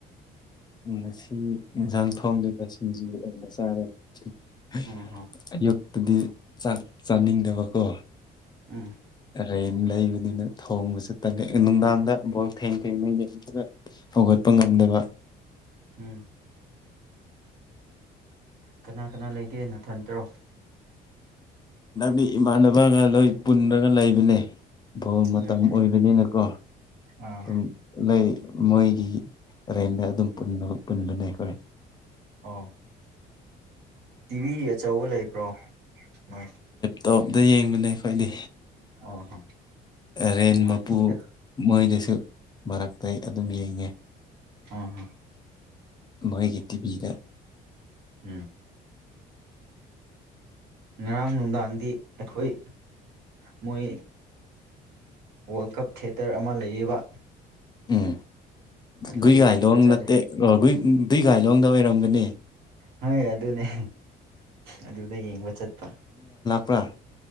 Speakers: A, on the left; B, on the right.
A: ꯉꯁꯤ ꯏꯟꯖꯥꯡ ꯊꯣꯡꯂꯤꯕ ꯁꯤꯡꯖꯨ ꯑꯣꯏꯅ ꯆꯥꯔꯦ ꯑꯥꯌꯨꯛ
B: ꯎꯝ ꯍꯣ
A: ꯇꯗꯤ ꯆꯥꯛ ꯆꯥꯅꯤꯡꯗꯕꯀꯣ
B: ꯎꯝ
A: ꯇꯦꯟ ꯂꯩꯕꯅꯤꯅ ꯊꯣꯡꯕꯁꯨ ꯇꯠ ꯅꯨꯡꯗꯥꯡꯗ ꯕꯣꯜ ꯊꯦꯡ ꯊꯦꯡꯅꯩ ꯌꯦꯡꯒ ꯍꯧꯒꯠꯄ ꯉꯝꯗꯕ
B: ꯎꯝ ꯎꯝ ꯀꯅꯥ ꯀꯅꯥ ꯂꯩꯒꯦꯅ ꯈꯟꯠꯇꯔꯣ
A: ꯗꯤ ꯏꯃꯥꯟꯅꯕꯒ ꯂꯣꯏ ꯄꯨꯟꯔꯒꯥ ꯂꯩꯕꯅꯦ ꯧ ꯃꯇꯝ
B: ꯎꯝ
A: ꯑꯣꯏꯕꯅꯤꯅꯀꯣ ꯑꯗꯨꯝ
B: ꯑꯥ
A: ꯂꯩ ꯃꯣꯏꯒꯤ ꯔ ꯑꯗꯨꯝ ꯄꯨ ꯄꯨꯟꯕꯅꯦ ꯑꯩꯈꯣꯏ
B: ꯑ ꯇꯤꯚꯤ ꯑꯆꯧꯕ ꯂꯩꯕ꯭ꯔꯣ ꯅꯣꯏ
A: ꯇꯣꯞꯇ ꯌꯦꯡ ꯕꯅꯦ ꯑꯩꯈꯣꯏꯗꯤ
B: ꯑꯣ ꯍꯣ
A: ꯔꯦꯟ
B: ꯅꯨꯡꯉꯥꯏꯒꯅꯤꯗ
A: ꯃꯄꯨ ꯃꯣꯏꯗꯁꯨ ꯃꯔꯛꯇ ꯑꯩ ꯑꯗꯨꯝ ꯌꯦꯡꯉꯦ
B: ꯑꯣꯍꯣ
A: ꯃꯣꯏꯒꯤ ꯇꯤꯕꯤꯗ
B: ꯎꯝ ꯉꯔꯥꯡ ꯅꯨꯡꯗꯥꯡꯗꯤ ꯑꯩꯈꯣꯏ ꯃꯣꯏ ꯋꯥꯔꯜ ꯀꯞ ꯊꯦꯇꯔ ꯑꯃ ꯂꯩꯌꯦꯕ
A: ꯎꯝ
B: ꯑꯗꯨꯗ
A: ꯒꯨꯏꯒꯥꯏ
B: ꯌꯦꯡꯕ
A: ꯂꯣ
B: ꯆꯠꯂꯦ
A: ꯅꯠꯇꯦꯏ ꯕꯤꯒꯥꯏꯂꯣꯡꯗ ꯑꯣꯏꯔꯝꯒꯅꯤ
B: ꯍꯣꯏ ꯑꯗꯨꯅꯦ ꯑꯗꯨꯗ ꯌꯦꯡꯕ ꯆꯠꯄ
A: ꯄ꯭ꯔꯥ